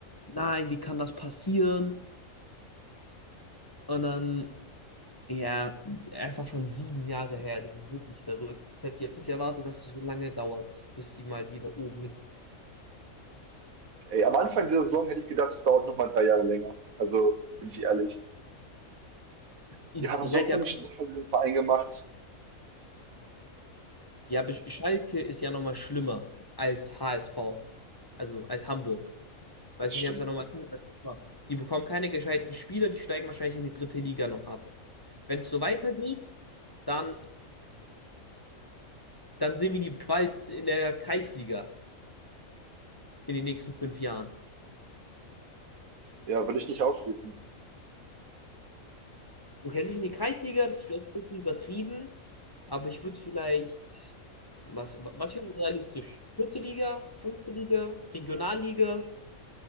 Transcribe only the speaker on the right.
Ey, am Anfang dieser Saison hätte ich gedacht, es dauert nochmal drei Jahre länger. Also, bin ich ehrlich.
Die haben
so
komische
Sachen in diesem Verein gemacht.
Das
stimmt.
Das,
ja, will ich nicht ausschließen.